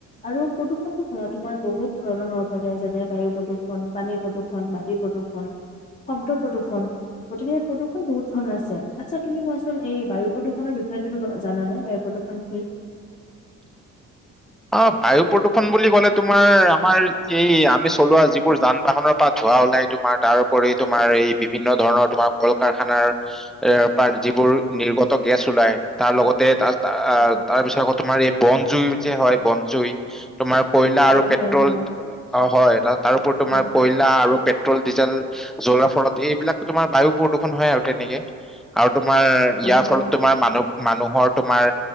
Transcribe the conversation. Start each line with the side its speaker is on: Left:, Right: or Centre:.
Left: আৰু প্ৰদূষণতো ধৰা তোমাৰ বহুত ধৰণৰ হ'ব পাৰে, যেনে বায়ু প্ৰদূষণ, পানীৰ প্ৰদূষণ মাটি প্ৰদূষণ, শব্দ প্ৰদূষণ। গতিকে প্ৰদূষণ বহুত ধৰণৰ আছে, আচ্ছা তুমি কোৱাচোন, এই বায়ু প্ৰদূষণৰ বিষয়ে তুমি জানা নে, বায়ু প্ৰদূষণ কি?
Centre: অ', বায়ু প্ৰদূষণ বুলি ক'লে তোমাৰ আমাৰ এই আমি চলোৱা যিবোৰ যান বাহনৰ পৰা ধোৱা ওলাই তোমাৰ, তাৰউপৰি তোমাৰ এই বিভিন্ন ধৰণৰ তোমাৰ কল কাৰখানাৰ এৰ পা যিবোৰ নিৰ্গত গেছ ওলাই, তাৰ লগতে তাত
Left: উম,
Centre: অ', তাৰ পিছত আকৌ তোমাৰ এই বনজুই যে হয়, বনজুই তোমাৰ কয়লা
Left: হয়,
Centre: আৰু পেট্ৰল,
Left: হয়, হয়,
Centre: অ', হয়, তাৰ উপৰি তোমাৰ
Left: হয়,
Centre: কইল লা আৰু পেট্ৰল, ডিজেল, জ্বলাৰ ফলত এইবিলাক তোমাৰ বায়ু প্ৰদূষণ হয়, আৰু তেনেকে। আৰু তোমাৰ ইয়াৰ
Left: হয়, হয়।
Centre: ফলত তোমাৰ মানুহ মানুহৰ তোমাৰ